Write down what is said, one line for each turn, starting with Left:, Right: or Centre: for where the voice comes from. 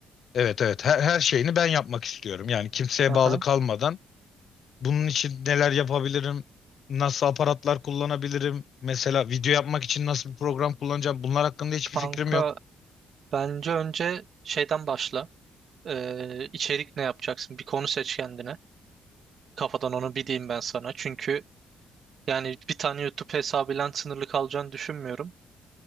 Left: Evet evet her, her şeyini ben yapmak istiyorum. Yani kimseye
Right: Aha.
Left: bağlı kalmadan. Bunun için neler yapabilirim? Nasıl aparatlar kullanabilirim? Mesela video yapmak için nasıl bir program kullanacağım? Bunlar hakkında hiçbir
Right: Kanka
Left: fikrim yok.
Right: bence önce şeyden başla. Ee, içerik ne yapacaksın? Bir konu seç kendine. Kafadan onu bir diyeyim ben sana. Çünkü yani bir tane YouTube hesabıyla sınırlı kalacağını düşünmüyorum.